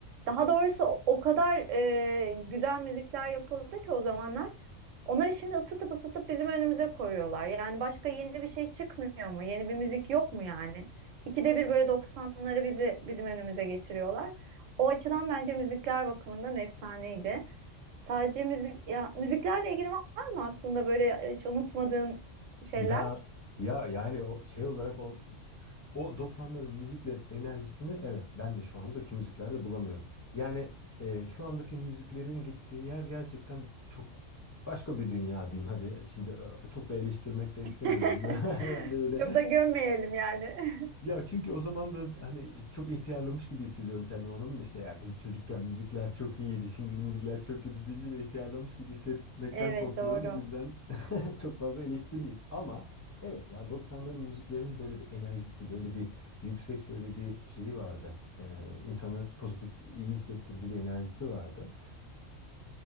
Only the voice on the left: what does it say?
Ya ya yani o şey olarak o, o 90'ların müziklerin enerjisini evet ben de şu andaki müziklerde bulamıyorum. Yani e, şu andaki müziklerin gittiği yer gerçekten çok başka bir dünya diyeyim. Hadi e, şimdi e, çok da eleştirmek de istemiyorum.
<laughs> Yani böyle
Ya çünkü o zaman da hani çok ihtiyarlamış gibi hissediyorum kendimi anladın mı? İşte ya biz çocukken müzikler çok iyiydi, şimdiki müzikler çok iyi deyince de ihtiyarlamış gibi hissetmekten
korkuyorum.
O yüzden <laughs> çok fazla eleştirmeyeyim. Ama evet ya doksanların müziklerinin böyle bir enerjisi, böyle bir yüksek böyle bir şeyi vardı. Ee, insanı pozitif, iyi hissettirdiği bir enerjisi vardı.